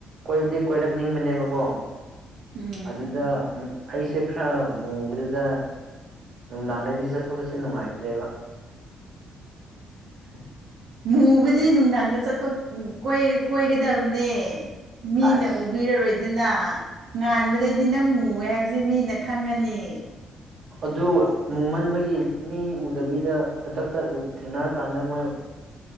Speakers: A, on the right; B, on the right.
A: ꯀꯣꯏꯕꯗꯤ ꯀꯣꯏꯔꯛꯅꯤꯡꯕꯅꯦꯕꯀꯣ
B: ꯎꯝ
A: ꯑꯗꯨꯗ ꯑꯩꯁꯦ ꯈꯔ ꯃꯨꯕꯗꯨꯗ ꯅꯨꯡꯗꯥꯡꯗꯗꯤ ꯆꯠꯊꯣꯛ ꯆꯠꯁꯤꯟ ꯅꯨꯡꯉꯥꯏꯇ꯭ꯔꯦꯕ <unintelligible>
B: ꯃꯨꯕꯨꯗꯤ ꯅꯨꯡꯗꯥꯡꯗ ꯆꯊꯣꯛ ꯀꯣꯏ ꯀ‌ꯣꯏꯒꯗꯕꯅꯦ ꯃꯤꯅ
A: ꯍꯥꯏꯁ
B: ꯎꯕꯤꯔꯔꯣꯏꯗꯅ ꯉꯥꯟꯕꯗꯗꯤ ꯅꯪ ꯃꯨꯑꯦ ꯍꯥꯏꯕꯁꯦ ꯃꯤꯅ ꯈꯪꯉꯅꯤ
A: ꯑꯗꯨ ꯃꯨꯃꯟꯕꯒꯤ ꯃꯤ ꯎꯗꯕꯤꯗ ꯈꯨꯗꯛꯇ ꯊꯦꯡꯅꯔꯀꯥꯟꯗ ꯃꯣꯏ